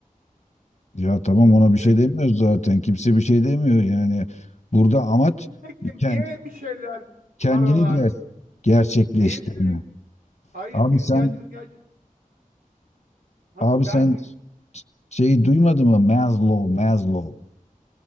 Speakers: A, on the left (about 50°); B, on the right (about 85°).
A: Ya tamam ona bir
B: Sürekli,
A: şey demiyoruz zaten. Kimse bir şey demiyor. Yani burada amaç
B: sürekli
A: ken-
B: niye bir şeyler,
A: kendini
B: paralar,
A: ger gerçekleştirme.
B: niye sürekli? Hayır
A: Abi
B: benim
A: sen
B: kendimi gel Abi
A: abi sen
B: ben
A: şeyi duymadın mı? Maslow, Maslow.